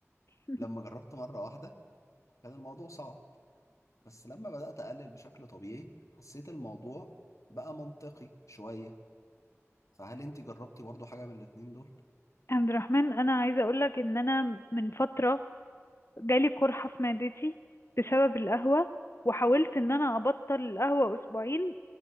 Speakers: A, on the left; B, on the left.
A: <laughs>
B: لما جربت مره واحده كان الموضوع صعب بس لما بدأت أقلل بشكل طبيعي حسيت الموضوع بقى منطقي شوية فهل أنت جربتي برضو حاجة من الاتنين دول؟
A: عبد الرحمن أنا عايزة أقولك إن أنا من فترة جالي قرحة في معدتي بسبب القهوة وحاولت ان انا ابطل القهوة اسبوعين